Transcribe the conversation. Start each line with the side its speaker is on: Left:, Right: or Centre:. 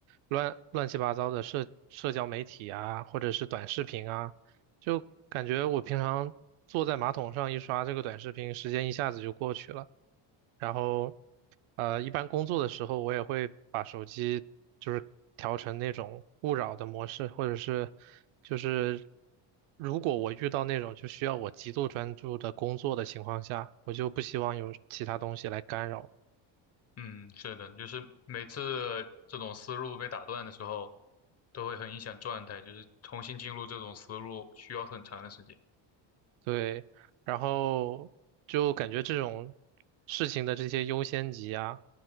Right: 乱乱七八糟的社社交媒体啊，或者是短视频啊，就感觉我平常坐在马桶上一刷这个短视频，时间一下子就过去了。然后，呃，一般工作的时候，我也会把手机就是调成那种勿扰的模式，或者是就是如果我遇到那种就需要我极度专注的工作的情况下，我就不希望有其他东西来干扰。
Left: 嗯，是的，就是每次这种思路被打断的时候，都会很影响状态，就是重新进入这种思路需要很长的时间。
Right: 对，然后就感觉这种事情的这些优先级啊，